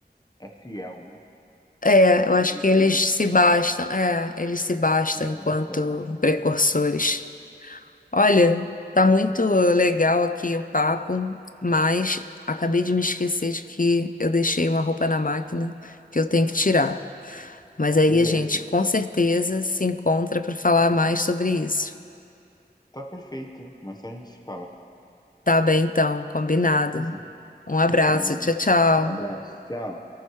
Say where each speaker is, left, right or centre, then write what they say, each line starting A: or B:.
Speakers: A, on the left; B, on the left.
A: É fiel, né?
B: É,
A: Tá
B: eu
A: feliz
B: acho que eles
A: ali.
B: se bastam, é, eles se bastam
A: Ah,
B: enquanto
A: bacana.
B: precursores. Olha, tá muito legal aqui o papo, mas acabei de me esquecer de que eu deixei uma roupa na máquina que eu tenho que tirar. Mas aí
A: Beleza.
B: a gente com certeza se encontra para falar mais sobre isso.
A: Tá perfeito. Mas só a gente se fala.
B: Tá bem, então, combinado.
A: Beleza?
B: Um abraço,
A: Combinado.
B: tchau, tchau.
A: Um Abraço. Tchau.